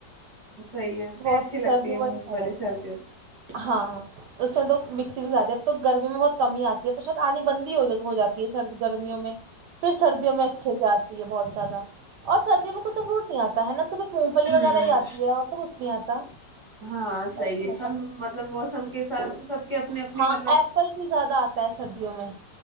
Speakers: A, in the centre; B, on the right.
A: صحیح ہے نہیں
B: بہت
A: اچھی لگتی
B: سردیوں
A: مونگ
B: میں اچھا
A: پھلی
B: رہتا
A: سردیوں
B: ہے
A: میں
B: ہاں اس میں تو بکھتی بھی زیادہ اب تو گرمی میں بہت کمی آتی ہے تو شاید آنی بندی ہو جاتی ہے سر گرمیوں میں پھر سردی میں اچھے سے آتی ہے بہت زیادہ اور سردی میں کچھ تو فروٹ نہیں آتا ہے نا صرف مونگ پھلی
A: ہوں
B: وغیرہ ہی آتی ہے اور تو کچھ نہیں آتا
A: ہاں
B: نہیں
A: صحیح ہے سب
B: آتا
A: مطلب موسم کے حساب سے سب کے اپنی اپنی
B: ہاں
A: مطلب
B: ایپل بھی زیادہ آتا ہے سردی میں